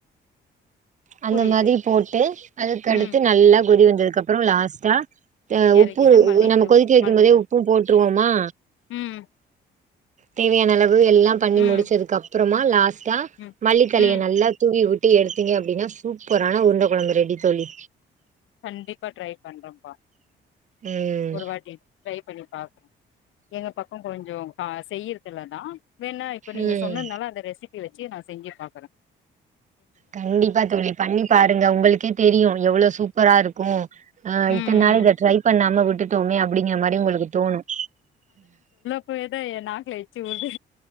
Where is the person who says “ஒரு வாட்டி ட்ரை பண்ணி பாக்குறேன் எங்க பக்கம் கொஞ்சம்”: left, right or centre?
Left